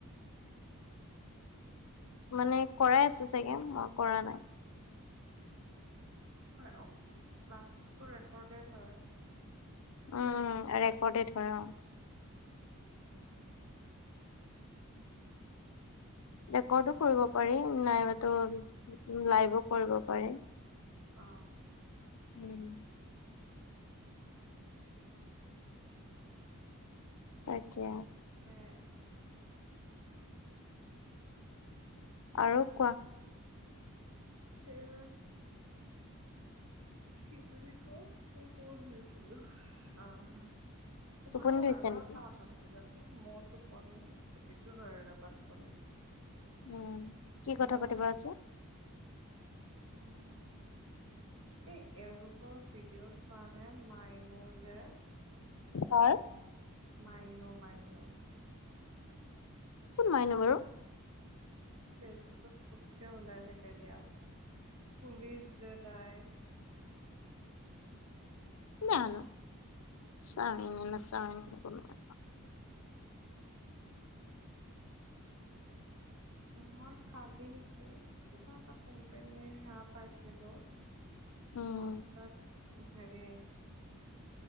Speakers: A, on the left (about 75°); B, on the right (about 75°).
A: মানে কৰাই আছে চাগে মই কৰা নাই
B: মানে অ ক্লাছটোতো ৰেকৰ্ডেড হয়।
A: উম, উম, ৰেকৰ্ডেড হয় অ'।
B: উম।
A: ৰেকৰ্ডো কৰিব পাৰি, নাইবাতো লাইভো কৰিব পাৰি।
B: আহ।
A: উম। তাকে।
B: হে
A: আৰু কোৱা?
B: হুম। কি বুলি কয়, মই ক'ব খুজিছিলো আহ। তোমাৰ
A: টোপনি
B: লগত
A: ধৰিছে
B: আৰু এটা
A: নেকি?
B: কথা পাতিব আছে, মোৰ টোপনি প্ৰতিটো ধৰি ৰবা টোপনি
A: উম, কি কথা
B: মোৰ
A: পাতিব আছে?
B: উম, এই, এওঁলোকৰ ভিডিঅ' চোৱা নে মাইনো যে।
A: কাৰ? <unintelligible>
B: মাইনো, মাইনো।
A: কোন মাইনো বাৰু?
B: ফেচবুকত খুবকৈ ওলাই থাকে দিয়া, পুলিচ যে তাই।
A: জানো চাই নে নেচাও গম নেপাও
B: মই কালি নেকি কিবা এটা কোম্পেনীৰ সেয়া পাইছিলো।
A: উম,
B: তাৰপিছত হেৰি